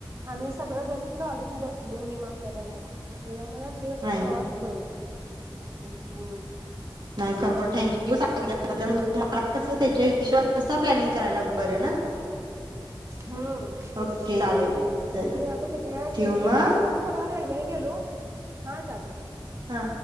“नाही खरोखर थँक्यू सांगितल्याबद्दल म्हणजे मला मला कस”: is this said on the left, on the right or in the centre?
Right